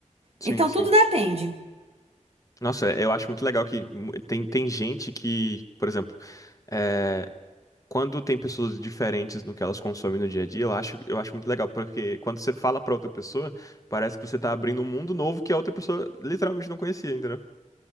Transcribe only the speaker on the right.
Então
tudo depende.